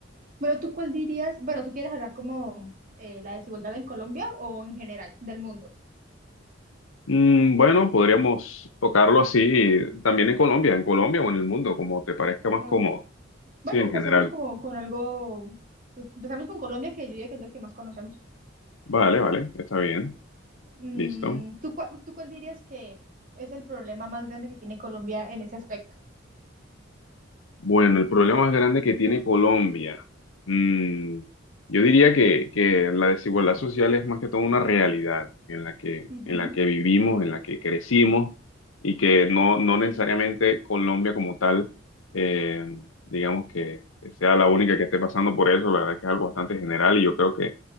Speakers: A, on the right (about 40°); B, on the left (about 85°).
A: Bueno, ¿tú cuál dirías? Bueno, ¿tú quieres hablar como eh, la desigualdad en Colombia o en general del mundo?
B: Mm, Bueno, podríamos tocarlo así también en Colombia, en Colombia o en el mundo, como te parezca
A: Ok.
B: más cómodo.
A: bueno,
B: Sí, en
A: empezamos
B: general.
A: como con algo, pues empezamos con Colombia, que yo diría que es lo que más conocemos.
B: Vale, vale, está bien.
A: Mm,
B: Listo.
A: ¿tú, cua- tú cuál dirías que es el problema más grande que tiene Colombia en ese aspecto?
B: Bueno, el problema más grande que tiene Colombia. mm, yo diría que, que la desigualdad social es más que todo una realidad en la que,
A: Ujú,
B: en la que vivimos, en la que crecimos y que no, no necesariamente Colombia como tal, eh, digamos que sea la única que esté pasando por eso. La verdad que es algo bastante general y yo creo que